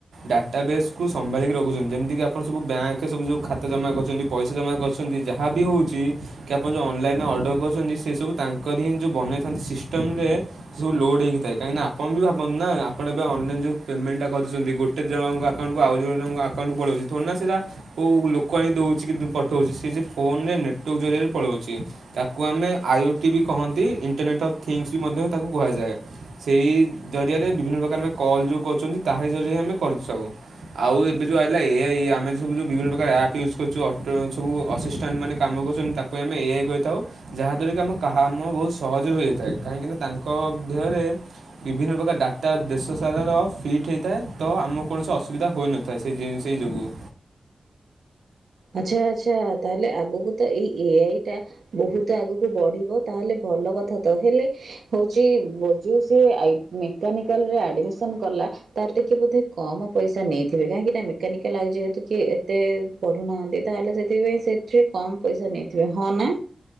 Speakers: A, on the right; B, on the right.
A: ଡାଟାବେସ୍ କୁ ସମ୍ଭାଳିକି ରଖୁଛନ୍ତି ଯେମିତିକି ଆପଣ ସବୁ ବ୍ୟାଙ୍କେ ସବୁ ଯୋଉ ଖାତା ଜମା କରିଛନ୍ତି ପଇସା ଜମା କ କିନ୍ତୁ ଯାହା ବିି ହୋଉଛି କି ଆପଣ ଯୋଉ ଅନଲାଇନ୍ ରେ ଅର୍ଡର କରୁଛନ୍ତି ସେସବୁ ତାଙ୍କର ହିଁ ଯେଉଁ ବନେଇଥାନ୍ତି ସିଷ୍ ଟମ୍ ରେ ସବୁ ଲୋଡ୍ ହେଇକି ଥାଏ କାହିଁକି ଆପଣ ଭାବନ୍ତି ନା ଆପଣ ଏ ଅ ଅନଲାଇନ ଯୋଉ ପେମେଣ୍ଟ କରି ଦୋଉଛନ୍ତି ଗୋ କେତେ ଜଣଙ୍କ ଆକାଉଣ୍ଟକୁ ଆଉ ଜଣଙ୍କ ଆକାଉଣ୍ଟ୍ କୁ ପଳଉଛି ଫୋନ୍ ନା ସିଧା କୋଉ ଲୋକ ଆଣି ଦୋଉଛି କିନ୍ତୁ ପଠଉଛି ସିଏ ଯେ ଫୋନରେ ନେଟୱାର୍କ ଜରିଆରେ ପଳଉଛି। ତାକୁ ଆମେ ଆଇ ଓ ଟି ବି କହନ୍ତି ଇଣ୍ଟରନେଟ୍ ଅଫ୍ ଥିଙ୍ଗସ୍ ବି ମଧ୍ୟ ତାକୁ କୁହାଯାଏ। ସେଇ ଜରିଆରେ ବିଭିନ୍ନ ପ୍ରକାର ଆମେ କଲ୍ ଯୋଉ କରୁଛନ୍ତି ତାହାରି ଜରିଆରେ ଆମେ କରୁଥାଉ। ଆଉ ଏବେ ଯୋଉ ଅଇଲା ଏ ଆଇ ଆମେ ସବୁ ଯୋଉ ବିଭିନ୍ନ ପ୍ରକାର ଆପ୍ ଇଉଜ୍ କରୁଛୁ ଅଟୋ ସବୁ ଅସିସ୍ଟାଣ୍ଡ୍ ମାନେ କାମ କରୁଛନ୍ତି ତାକୁ ଆମେ ଏଆଇ କହିଥାଉ ଯାହା ଦ୍ୱାରା କି ଆମ କାହା ମ ବୋହୁତ ସହଜରେ ହୋଇଯାଇଥାଏ କାହିଁକିନା ତାଙ୍କ କ ଧ୍ୟରେ ବିଭିନ୍ନ ପ୍ରକାର ଡାଟା ଦେଶ ସାରାର ଫିଟ୍ ହେଇଥାଏ ତ ଆମ କୌଣସି ଅସୁବିଧା ହୋଇ ନ ତ ସେ ଜି ସେଇ ଯୋଗୁଁ।
B: ଆଚ୍ଛା ଆଚ୍ଛା ତାହେଲେ ଆଗକୁ ତ ଏଇ ଏ ଆଇ ଟା ବୋହୁତ ଆଗକୁ ବଢ଼ିବ ତାହେଲେ ଭଲ କଥା ତ ହେଲେ ହୋଉଛି ବ ଯଉ ସେ ଆଇ ମେକାନିକାଲରେ ଆଡମିସନ କଲା। ତାର ଟିକେ ବୋଧେ କମ ପଇସା ନେଇଥିବେ କାହିଁକି ନା ମେକାନିକାଲ ଆଉ ଯେହେତୁ କି ଏତେ ପ ଢୁନାହାନ୍ତି ତାହେଲେ ସେଥିପାଇଁ ସେଥିରେ କମ ପଇସା ନେଇଥିବେ ହଁ ନା?